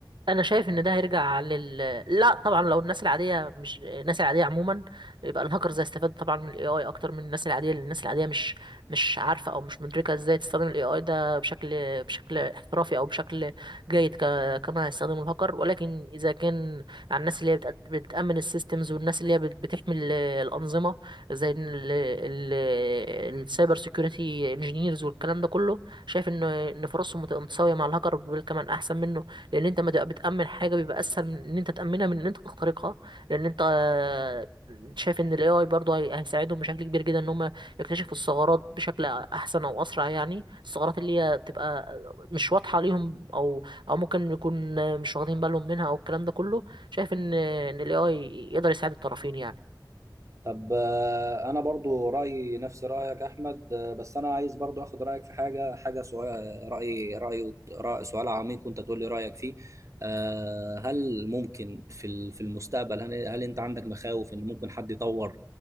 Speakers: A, on the right; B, on the right.
A: انا شايف ان ده هيرجع لل لا طبعا لو الناس العاديه مش الناس العاديه عموما يبقى الهاكرز هيستفاد طبعا من الاي اي اكتر من الناس العاديه لان الناس العاديه مش مش عارفه او مش مدركه ازاي تستخدم الاي اي ده بشكل بشكل احترافي او بشكل جيد ك... كما هيستخدمه الهاكر ولكن اذا كان على الناس اللي هي بتأ- بتامن السيستمز والناس اللي هي بت- بتحمي ال- الانظمه زي ال... ال... السايبر سيكيورتي انجينيرز والكلام ده كله شايف ان ان فرصهم مت- متساويه مع الهاكر بل كمان احسن منه لان انت ما تبقى بتامن حاجه بيبقى اسهل من ان انت تامنها من ان انت تخترقها لان انت آه، شايف ان الاي اي برضه هي- هيساعدهم بشكل كبير جدا ان هم يكتشفوا الثغرات بشكل احسن او اسرع يعني الثغرات اللي هي تبقى مش واضحه ليهم او او ممكن يكون مش واخدين بالهم منها او الكلام ده كله شايف ان ان الاي اي يقدر يساعد الطرفين يعني
B: طب آه، انا برضو رايي نفس رايك احمد آه، بس انا عايز برضو اخد رايك في حاجه حاجه سؤال راي راي رأي- سؤال عميق وانت تقول لي رايك فيه آه، هل ممكن في ال- في المستقبل هل, هل انت عندك مخاوف ان ممكن حد يطور